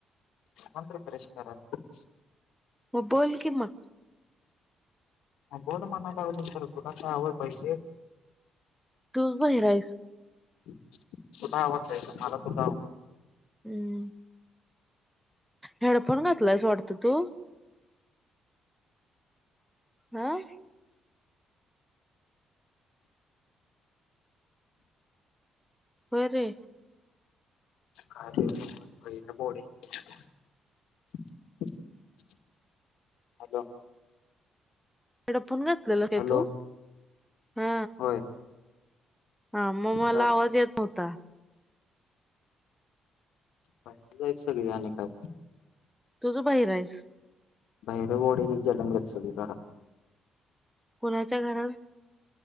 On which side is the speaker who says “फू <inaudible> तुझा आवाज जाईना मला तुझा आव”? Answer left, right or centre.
Left